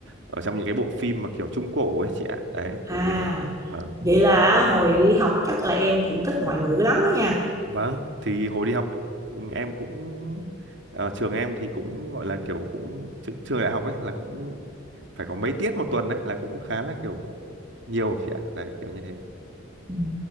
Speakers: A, on the right (about 65°); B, on the right (about 15°).
A: ở trong những cái bộ phim mà kiểu trung cổ ấy chị ạ. Đấy,
B: à,
A: kiểu như thế. Vâng.
B: vậy là hồi đi học chắc là em cũng thích ngoại ngữ lắm đó nha.
A: Vâng, thì hồi đi học em cũng ờ, trường em thì cũng gọi là kiểu cũng tr- trường đại học ấy là cũng phải có mấy tiết một tuần đấy là cũng khá là kiểu nhiều chị ạ. Đấy, kiểu như thế.
B: Ừ.